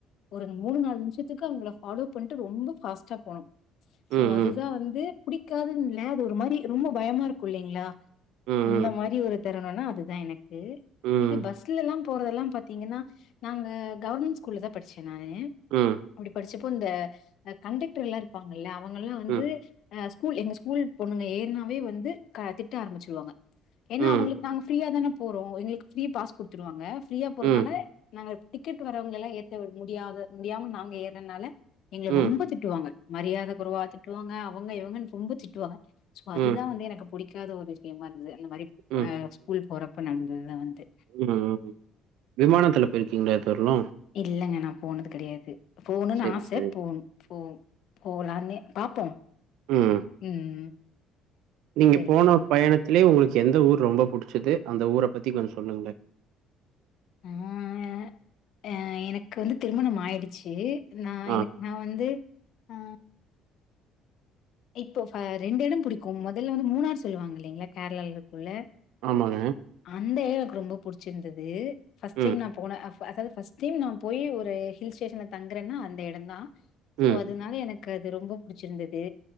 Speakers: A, on the left (about 60°); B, on the right (about 80°).
A: ஒரு மூணு நாலு நிம்சத்துக்கு அவங்க ஃபாலோ பண்ணிட்டு ரொம்ப ஃபாஸ்ட்டா போனோ
B: ம்,
A: சோ
B: ம்.
A: அதுதா வந்து புடிக்காதுன்னுல்ல அது ஒரு மாரி ரொம்ப பயமா இருக்கு இல்லைங்களா
B: ம்,
A: அந்த
B: ம்.
A: மாரி ஒரு தருணும்னா அதுதா எனக்கு
B: ம்,
A: இது பஸ்ல எல்லா போறதெல்லா பாத்த பாத்தீங்கன்னா நாங்க கவர்மெண்ட் ஸ்கூல்ல தா படிச்சே நானு
B: ம்
A: அப்டி படிச்சப்போ இந்த கண்டக்டர் எல்லா இருப்பாங்கல்ல அவங்க எல்லா வந்து
B: ம்,
A: அஹ் ஸ்கூல் எங்க ஸ்கூல் பொண்ணுங்க ஏறுனாவே வந்து திட்ட ஆரம்பிச்சுடுவாங்க ஏன்னா
B: ம்,
A: அவங்களுக்கு நாங்க ஃப்ரீயா தானே போறோ எங்களுக்கு ஃப்ரீய பாஸ் கொடுத்துருவாங்க ஃப்ரீயா போறனால
B: ம், ம்,
A: நாங்க டிக்கெட் வரவங்க எல்லா ஏற்ற முடியது முடியாம நாங்க ஏறதுனால எங்களை
B: ம்,
A: ரொம்ப திட்டுவாங்க மரியாதை குறைவா திட்டுவாங்க அவங்க இவங்கன்னு ரொம்ப திட்டுவாங்க சோ
B: ம்,
A: அதுதா வந்து எனக்கு பிடிக்காத ஒரு விஷயமா இருந்தது அந்த மாரி
B: ம்,
A: அஹ் ஸ்கூல் போறப்ப நடந்ததுதா வந்து
B: ம் ம் விமானத்துல போயிருக்கீங்களா இத வரையு
A: இல்லங்க நா போனது கிடையாது போணுன்னு
B: சரி,
A: ஆசை
B: சரி.
A: போணு போகு போகலாம்னு பாப்போ
B: ம்
A: ம்
B: நீங்க
A: சரிங்க
B: போன
A: ஓகே.
B: பயணத்திலயே உங்களுக்கு எந்த ஊர் ரொம்ப புடிச்சது அந்த ஊரை பத்தி கொஞ்சோ சொல்லுங்களே
A: ஆஹ எனக்கு வந்து திருமண ஆயிடுச்சு நா
B: ஆ,
A: எனக்கு நா வந்து ஆஹ் இப்போ ரெண்டு இட பிடிக்கு முதல்ல வந்து மூணாார் சொல்லுவாங்க இல்லைங்களா கேரளால இருக்கும்ள்ள
B: ஆமாங்க
A: அந்த இட எனக்கு ரொம்ப புடிச்சிருந்தது பஸ்ட்
B: ம்,
A: டைம் நா போன அதாவதுட் டைம் நா போய் ஒரு ஹில் ஸ்டேஷன்ல தங்குறேன்னா அந்த இடம் தா சோ
B: ம்,
A: அது அதனால எனக்கு அது ரொம்ப புடிச்சிருந்தது